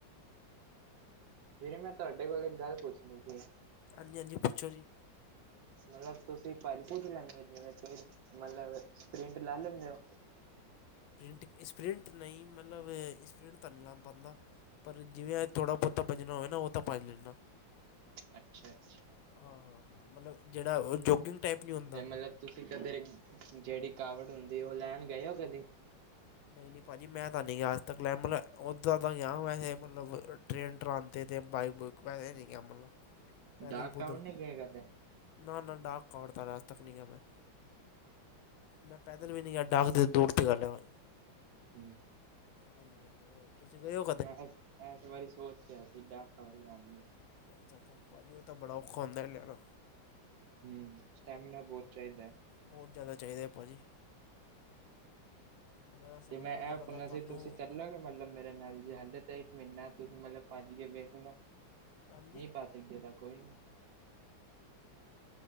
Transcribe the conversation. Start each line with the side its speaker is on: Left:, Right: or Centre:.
Right: ਵੀਰੇ, ਮੈਂ ਤੁਹਾਡੇ ਕੋਲ ਇੱਕ ਗੱਲ ਪੁੱਛਣੀ ਸੀ?
Left: ਹਾਂ ਜੀ ਹਾਂ ਜੀ ਪੁੱਛੋ ਜੀ?
Right: ਮਤਲਬ ਤੁਸੀਂ ਭੱਜ ਭੁੱਜ ਲੈਂਦੇ ਹੋ ਜਿਵੇਂ ਇੱਥੇ। ਮਤਲਬ ਪ੍ਰਿੰਟ ਲਾ ਲੈਂਦੇ ਔ।
Left: ਪਰਿੰਟ ਸਪਰਿੰਟ ਨ੍ਹੀਂ ਮਤਲਬ ਸਪਰਿੰਟ ਤਾਂ ਨੀਂ ਲਾ ਪਾਂਦਾ। ਪਰ ਜਿਵੇ ਥੋੜ੍ਹਾ ਬਹੁਤਾ ਭਜਣਾ ਹੋਵੇ ਨਾ ਉਹ ਤਾਂ ਭੱਜ ਲੈਂਨਾ।
Right: ਅੱਛਾ। ਅੱਛਾ
Left: ਹਾਂ ਹਾਂ ਮਤਲਬ ਜਿਹੜਾ ਉਹ ਜੋਗਿੰਗ। ਟਾਈਪ ਨਹੀਂ ਹੁੰਦਾ
Right: ਤੇ ਮਤਲਬ ਤੁਸੀਂ ਕਦੇ ਜਿਹੜੀ ਕਾਵਟ ਹੁੰਦੀ ਐ ਉਹ ਲੈਣ ਗਏ ਹੋ ਕਦੀ?
Left: ਨਹੀਂ ਨਹੀਂ ਭਾਜੀ ਮੈਂ ਤਾਂ ਨਹੀਂ ਗਿਆ ਅੱਜ ਤੱਕ ਲੈ ਮਤਲਬ ਉਹਦਾਂ ਦਾ ਗਿਆ ਵੈਸੇ ਮਤਲਬ। ਟ੍ਰੇਨ ਟਰਾਨ ਅਤੇ ਬਾਈਕ ਬੁਇਕ ਐਵੇ ਨੀਂ ਗਿਆ ਮਤਲਬ। ਪੈਦਲ
Right: ਡਾਕ
Left: ਪੂਦਲ
Right: ਕਾਵੜ ਨੀ ਗਏ ਕਦੇ
Left: ਨਾ ਨਾ ਡਾਕ ਕਵੜਤਾ ਅੱਜ ਤੱਕ ਨ੍ਹੀਂ ਗਿਆ ਮੈਂ। ਮੈਂ ਪੈਦਲ ਵੀ ਨਹੀਂ ਗਿਆ ਡਾਗ ਤੇ ਦੂਰ ਦੀ ਗਲ ਐ ਭਾਜੀ।
Right: ਹਮ।
Left: ਹਾਂਜੀ ਉਹ। ਤੁਸੀਂ ਗਏ ਔ।
Right: ਮੈਂ ਐਸ ਐਸ ਵਾਰੀ ਸੋਚ ਰਿਹਾ ਸੀ <unintelligible>
Left: ਅੱਛਾ, ਅੱਛਾ ਭਾਜੀ ਉਹ ਤਾਂ ਬੜਾ ਔਖਾ ਹੁੰਦੇ ਏ ਲਿਆਣਾ।
Right: ਹੂੰ ਸਟੈਮੀਨਾ ਬਹੁਤ ਚਾਹੀਦਾ।
Left: ਬਹੁਤ ਜਿਆਦਾ ਚਾਹੀਦਾ ਭਾਜੀ। ਮਤਲਬ ਸਮਝ
Right: ਤੇ ਮੈਂ
Left: ਲਓ
Right: ਇਹ
Left: ਲਗਾਤਾਰ
Right: ਪੁੱਛਣਾ
Left: ਤੁਹਾਨੂੰ
Right: ਸੀ ਤੁਸੀਂ ਚੱਲੋਗੇ ਮਤਲਬ ਮੇਰੇ ਨਾਲ। ਜੇ ਹਲੇ ਤੇ ਇੱਕ ਮਹੀਨਾ ਤੁਸੀਂ ਮਤਲਬ ਭਜ ਕੇ ਵੇਖ ਲੋ
Left: ਹਾਂਜੀ
Right: ਨਹੀਂ ਭਜ ਸਕਦੇ ਤਾਂ ਕੋਈ ਨਾ।